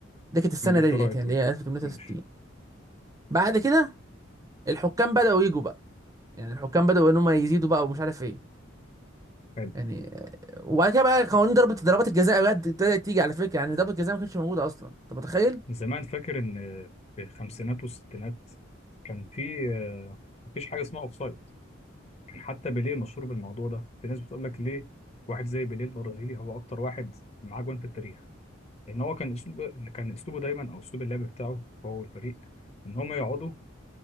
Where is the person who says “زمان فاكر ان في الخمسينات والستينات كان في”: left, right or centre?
Left